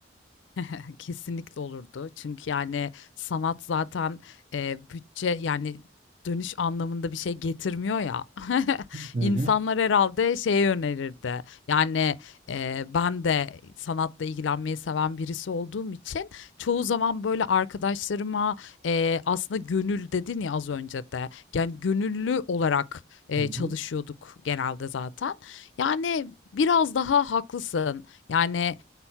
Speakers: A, on the left; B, on the right.
A: <laughs> Kesinlikle olurdu. Çünkü yani sanat zaten, eee, bütçe yani dönüş anlamında bir şey getirmiyor ya. <laughs>
B: Hı
A: İnsanlar
B: hı.
A: herhâlde şeye yönelirdi. Yani, eee, ben de sanatla ilgilenmeyi seven birisi olduğum için çoğu zaman böyle arkadaşlarıma, eee, aslında gönül dedin ya az önce de, yani gönüllü olarak, eee,
B: Hı hı.
A: çalışıyorduk genelde zaten. Yani biraz daha haklısın. Yani